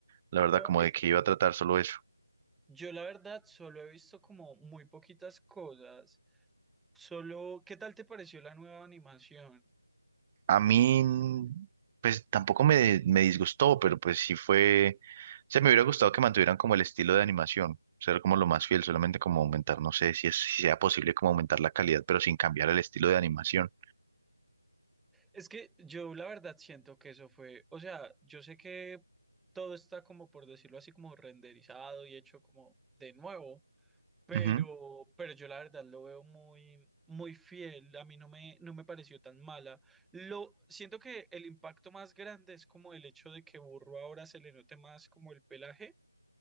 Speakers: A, on the right; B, in the centre.
A: la verdad,
B: No,
A: como
B: es,
A: de que iba a tratar solo eso.
B: yo la verdad solo he visto como muy poquitas cosas. Solo, ¿qué tal te pareció la nueva animación?
A: A mí, pues tampoco me, me disgustó, pero pues sí fue, se me hubiera gustado que mantuvieran como el estilo de animación, ser como lo más fiel, solamente como aumentar, no sé si, es, si sea posible como aumentar la calidad, pero sin cambiar el estilo de animación.
B: Es que yo la verdad siento que eso fue, o sea, yo sé que todo está como por decirlo así como renderizado y hecho como de nuevo, Pero,
A: Ujú.
B: pero yo la verdad lo veo muy, muy fiel. A mí no me, no me pareció tan mala. Lo, siento que el impacto más grande es como el hecho de que Burro ahora se le note más como el pelaje,